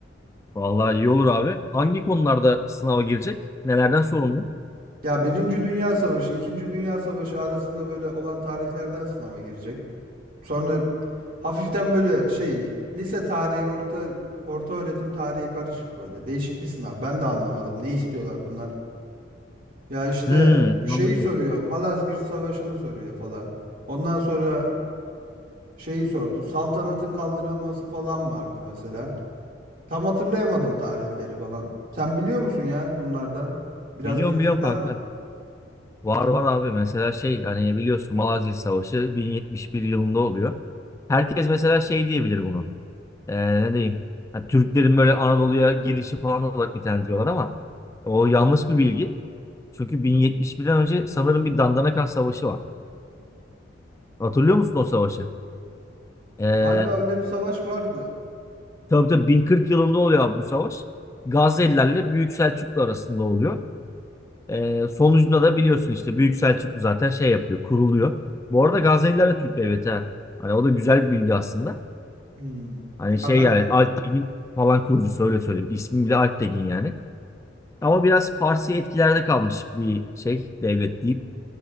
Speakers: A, on the left (about 15°); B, on the right (about 45°).
A: Vallahi iyi olur abi. Hangi konularda sınava girecek? Nelerden sorumlu?
B: Ya Birinci Dünya Savaşı, İkinci Dünya Savaşı arasında böyle olan tarihlerden sınava girecek. Sonra hafiften böyle şey lise tarihi, orta orta öğretim tarihi karışık böyle. Değişik bir sınav. Ben de anlamadım. Ne istiyorlar bunlar? Ya işte
A: Hmm,
B: şeyi
A: anladım.
B: soruyor. Malazgirt Savaşı'nı soruyor falan. Ondan sonra şeyi sordu. Saltanatın kaldırılması falan vardı mesela. Tam hatırlayamadım tarihleri falan. Sen biliyor musun ya bunlardan? Biraz
A: Biliyorum
B: bilgin
A: biliyorum
B: var
A: kanka.
B: mı?
A: Var var abi mesela şey hani biliyorsun Malazgirt Savaşı 1071 yılında oluyor. Herkes mesela şey diyebilir bunu. Ee, ne diyeyim? Ha, Türklerin böyle Anadolu'ya girişi falan olarak nitelendiriyorlar ama o yanlış bir bilgi. Çünkü 1071'den önce sanırım bir Dandanakan Savaşı var. Hatırlıyor musun o savaşı? Ee,
B: Galiba öyle bir savaş vardı.
A: Tabii tabii 1040 yılında oluyor abi bu savaş. Gazze'lilerle Büyük Selçuklu arasında oluyor. Ee, sonucunda da biliyorsun işte Büyük Selçuklu zaten şey yapıyor, kuruluyor. Bu arada Gazze'liler de Türk devleti ha. Hani o da güzel bir bilgi aslında.
B: Hmm.
A: Hani
B: Ya
A: şey
B: ben
A: yani Alptekin falan kurucusu öyle söyleyeyim. İsmi bile Alptekin yani. Ama biraz Farsi etkilerde kalmış bir şey devlet deyip.